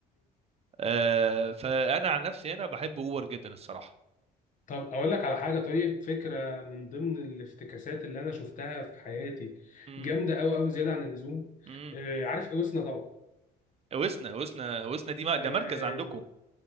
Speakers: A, on the right (about 35°); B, on the left (about 50°).
A: آه فانا عن نفسي هنا بحب اوبر جدا الصراحه
B: طب اقول لك على حاجه طيب فكره من ضمن الافتكاسات اللي انا شفتها في حياتي
A: امم
B: جامده قوي قوي زياده عن اللزوم
A: امم
B: آه عارف اوسنا طبعا
A: وسنا وسنا وسنا دي ما
B: آه
A: ده مركز عندكم